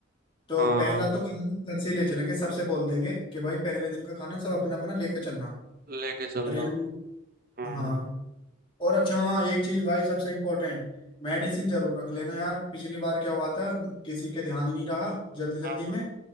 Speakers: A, on the left; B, on the right.
A: तो
B: हाँ
A: पहला तो खाना घर से ही ले चलेंगे सबसे बोल देंगे कि भाई पहले दिन का खाना सब अपना अपना लेकर चलना
B: लेके चलना
A: ट्रेन में
B: हम्म
A: हाँ और अच्छा हाँ एक चीज भाई सबसे इम्पोर्टेंट मेडिसिन जरूर रख लेना यार पिछली बार क्या हुआ था किसी के ध्यान ही नहीं रहा जल्दी जल्दी
B: हाँ,
A: में